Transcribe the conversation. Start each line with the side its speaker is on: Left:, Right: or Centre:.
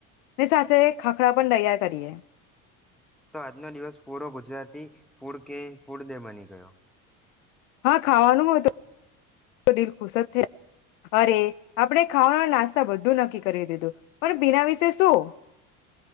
Left: ની સાથે ખાખરા પણ તૈયાર કરીએ.
Centre: તો આજનો દિવસ પૂરો ગુજરાતી ફૂડ કે ફૂડ દે બ બંને. ગયો
Left: હા ખાવાનું હો હત હોત તો. દિલ ખુશ જ થઈ અરે આપણે ખાવાના નાસ્તા બધું નક્કી કરી દીધું પણ બીના ભ વિશે શું.